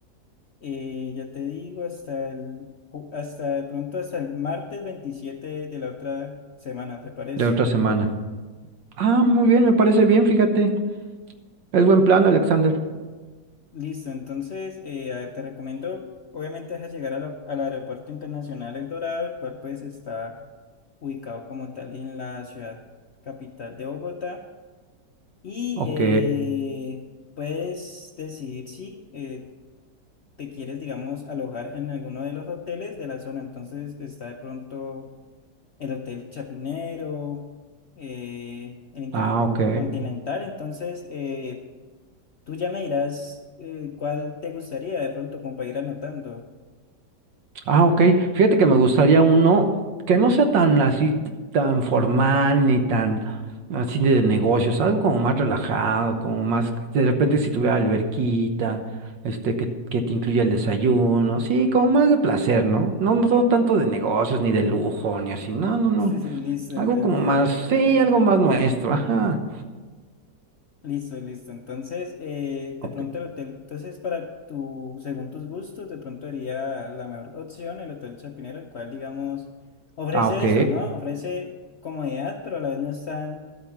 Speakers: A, on the left; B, on the right.
A: eh, ya te digo, hasta el, ju- hasta de pronto hasta el martes 27 de la otra semana, ¿te parece?
B: de otra semana. Ah, muy bien, me parece bien, fíjate. Es buen plan, Alexander.
A: Listo, entonces, eh, a ver, te recomiendo, obviamente, deja llegar a la- al Aeropuerto Internacional El Dorado, el cual pues está ubicado como tal en la ciudad capital de Bogotá. Y
B: Ok.
A: eh, puedes decidir si eh, te quieres, digamos, alojar en alguno de los hoteles de la zona. Entonces está de pronto el Hotel Chapinero, eh, el Intercontinental.
B: Ah, ok.
A: Entonces eh, tú ya me dirás eh, cuál te gustaría de pronto como para ir anotando.
B: Ah, ok. Fíjate que me gustaría uno que no sea tan así, t- tan formal, ni tan así de negocios, algo como más relajado, como más, de repente si tuviera alberquita, este, que, que te incluya el desayuno, sí, como más de placer, ¿no? No, no no tanto de negocios, ni de lujo, ni así, no, no, no.
A: <laughs> Listo, entendido.
B: Algo como más, sí, algo más nuestro, ajá.
A: Listo, listo. Entonces, eh, de
B: Ok.
A: pronto el hotel, entonces para tu, según tus gustos, de pronto sería la mejor opción el Hotel Chapinero, el cual, digamos, ofrece
B: Ah, ok.
A: eso, ¿no? Ofrece comodidad, pero a la vez no es tan